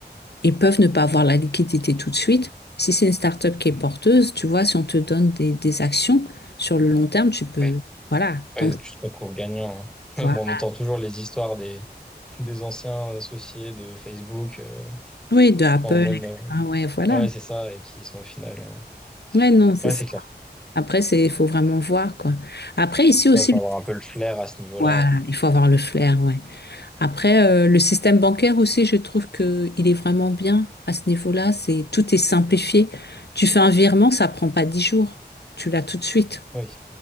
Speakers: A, on the left; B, in the centre.
A: ils peuvent ne pas avoir la liquidité tout de suite. Si c'est une start-up qui est porteuse, tu vois, si on te donne des, des actions sur le long terme, tu peux.
B: ouais.
A: Voilà.
B: Ouais,
A: Donc,
B: tu te retrouves gagnant. hein.
A: voilà.
B: <laughs> Bon, on entend toujours les histoires des, des anciens associés de Facebook, euh,
A: Oui, de Apple,
B: enfin, ou même,
A: etc.
B: euh,
A: Ouais, voilà.
B: ouais, c'est ça, et qui sont au final, euh,
A: Ouais, non, c'est
B: ouais,
A: ça.
B: c'est clair.
A: Après, c'est, il faut vraiment voir, quoi. Après, ici aussi,
B: Ouais, faut avoir un peu le flair à ce niveau-là.
A: voilà, il faut avoir le flair, ouais. Après, euh, le système bancaire aussi, je trouve que il est vraiment bien à ce niveau-là. C'est tout est simplifié. Tu fais un virement, ça prend pas dix jours. Tu l'as tout de suite.
B: Oui,